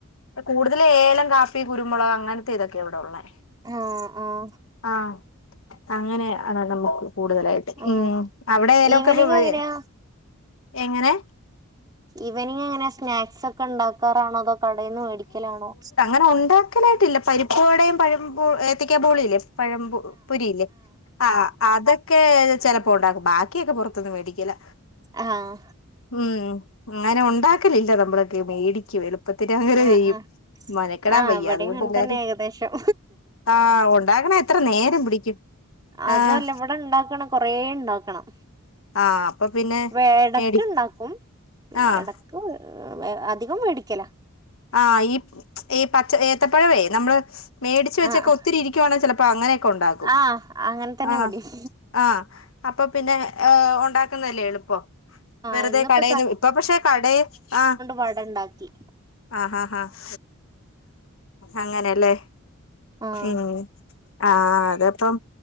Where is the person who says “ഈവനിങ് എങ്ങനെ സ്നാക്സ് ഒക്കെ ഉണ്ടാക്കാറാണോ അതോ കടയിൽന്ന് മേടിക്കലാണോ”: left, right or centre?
Right